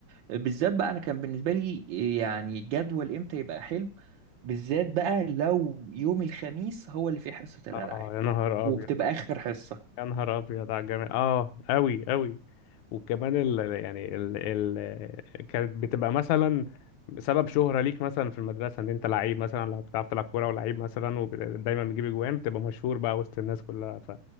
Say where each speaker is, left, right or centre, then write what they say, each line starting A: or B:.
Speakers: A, on the right (about 75°); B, on the left (about 80°).
A: بالذات بقى انا كان بالنسبة لي يعني جدول امتى يبقى حلو بالذات بقى لو يوم الخميس هو اللي فيه حصة الألعاب
B: اه يا نهار
A: وبتبقى
B: ابيض
A: آخر حصة
B: يا نهار ابيض على الجمال اه قوي قوي وكمان ال يعني ال ال كانت بتبقى مثلا سبب شهرة ليك مثلا في المدرسة ان انت لعيب مثلا لو بتعرف تلعب كورة ولعيب مثلا ودايما بتجيب اجوان بتبقى مشهور بقى وسط الناس كلها ف